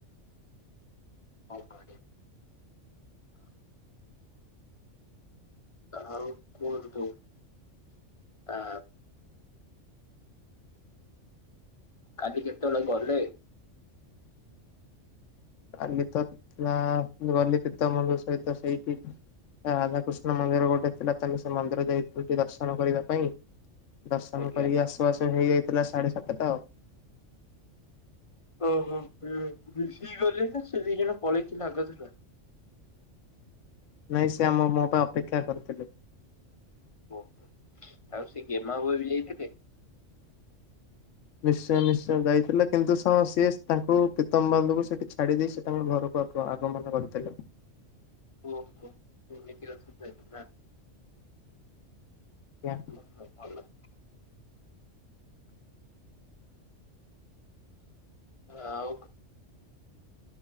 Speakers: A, on the left (about 30°); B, on the left (about 75°).
A: କଣ କରିବା। ଆଉ କୁହ ତୁ ଆ କାଲି କେତେବେଳେ ଗଲେ
B: କାଲି ତଥିଲା ଗଲି ପିତାମଲ ସହିତ ସେଇଠି ରାଧାକୃଷ୍ଣ ମନ୍ଦିର ଗୋଟେ ଥିଲା ତମେ ସେ ମନ୍ଦିର ଯାଇଥିଲ ଦର୍ଶନ କରିବା ପାଇଁ। ଦର୍ଶନ
A: ଆଜ୍ଞା।
B: କରିକି ଆସୁ ଆସ ହେଇଯାଇଥିଲା ସାଢ଼େ ସାତଟା ଆଉ
A: ଓହୋ ମିଶିଗଲେ ନା ସେ ଦି ଜଣ ପଳେଇକି ଲାଗିଥିଲା
B: ନାଇଁ ସେ ଆମ ମୋ ପାଇଁ ଅପେକ୍ଷା କରିଥିଲି।
A: ଓହ ଆଉ ସେ ଗେମା ବାବୁ ଘର ଯାଇଥିଲେ
B: ନିଶ୍ଚୟ ନିଶ୍ଚୟ ଯାଇଥିଲେ କିନ୍ତୁ ସିଏ ତାଙ୍କୁ ପ୍ରୀତମବନ୍ଧୁଙ୍କୁ ସେଠି ଛାଡି ଦେଇ ସେ ତାଙ୍କର ଘରକୁ ଆଗମନ କରିଥିଲେ।
A: ଓହୋ ଏତି ରସ ନା
B: ଆଜ୍ଞା।
A: ଆଉ ସବୁ ଭଲ। ଆଉ